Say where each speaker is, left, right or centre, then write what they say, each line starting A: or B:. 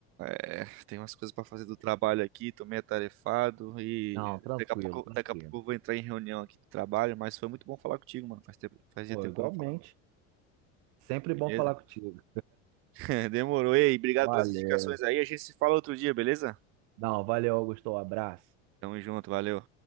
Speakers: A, on the right; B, on the right.
A: É, tem umas coisas pra fazer do trabalho aqui, tô meio atarefado e
B: Não, tranquilo,
A: daqui a pouco,
B: tranquilo.
A: daqui a pouco eu vou entrar em reunião aqui do trabalho, mas foi muito bom falar contigo, mano. Faz tempo, fazia
B: Pô,
A: tempo
B: igualmente.
A: que eu não falava.
B: Sempre
A: Beleza?
B: bom falar contigo.
A: <laughs> Demorou. Ei, obrigado
B: Valeu.
A: pelas indicações aí. A gente se fala outro dia, beleza?
B: Não, valeu, Augusto. Um abraço.
A: Tamo junto, valeu.